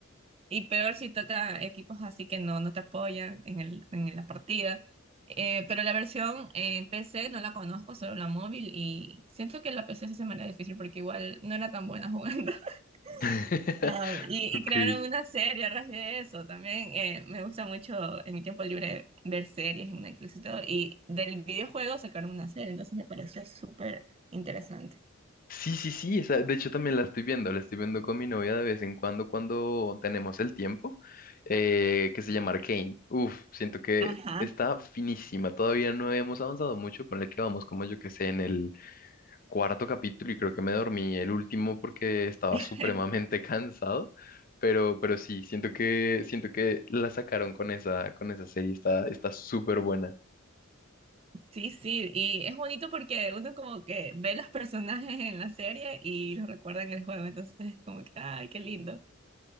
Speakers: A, on the right; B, on the left.
A: Y peor si toca equipos así que no, no te apoyan en el, en la partida. Eh, pero la versión en PC no la conozco, solo la móvil. Y siento que la PC se me era difícil porque igual no era tan buena jugando. <laughs>
B: <laughs>
A: Ah, y,
B: Ok.
A: y crearon una serie a raíz de eso también. eh, me gusta mucho en mi tiempo libre ver series en Netflix y todo. Y del videojuego sacaron una serie, entonces me pareció súper interesante.
B: Sí, sí, sí, esa, de hecho también la estoy viendo, la estoy viendo con mi novia de vez en cuando cuando tenemos el tiempo, eh, que se llama Arcane. Uf, siento que
A: Ajá.
B: está finísima, todavía no hemos avanzado mucho, ponle que vamos como yo que sé en el cuarto capítulo y creo que me dormí el último porque estaba
A: <laughs>
B: supremamente <laughs> cansado, pero, pero sí, siento que, siento que la sacaron con esa, con esa serie, está, está súper buena.
A: Sí, sí, y es bonito porque uno como que ve los personajes en la serie y los recuerda en el juego, entonces es como que, ay, qué lindo.